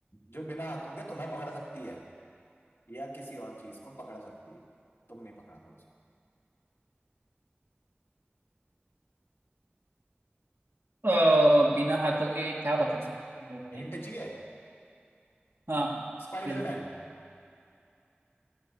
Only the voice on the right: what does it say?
अ, बिना हाथों के क्या पकड़ सकते हैं जो भाई
हाँ हाँ
बिल्कुल